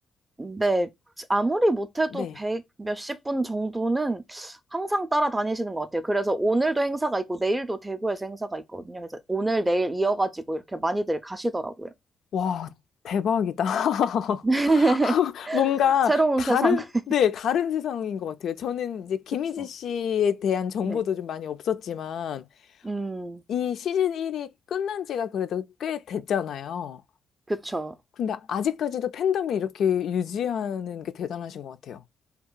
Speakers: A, on the right; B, on the left.
A: 네. 아무리 못해도
B: 네.
A: 백 몇십 분 정도는 항상 따라다니시는 것 같아요. 그래서 오늘도 행사가 있고, 내일도 대구에서 행사가 있거든요. 그래서 오늘, 내일 이어가지고 이렇게 많이들 가시더라고요.
B: 와, 대박이다. <laughs>
A: <laughs>
B: <laughs> 뭔가
A: 새로운
B: 다른,
A: 세상. <laughs>
B: 네, 다른 세상인 것 같아요. 저는 이제 김희지
A: 그쵸.
B: 씨에 대한 정보도
A: 네.
B: 좀 많이 없었지만,
A: 음,
B: 이 시즌 1이 끝난 지가 그래도 꽤 됐잖아요.
A: 그쵸.
B: 근데 아직까지도 팬덤을 이렇게 유지하는 게 대단하신 것 같아요.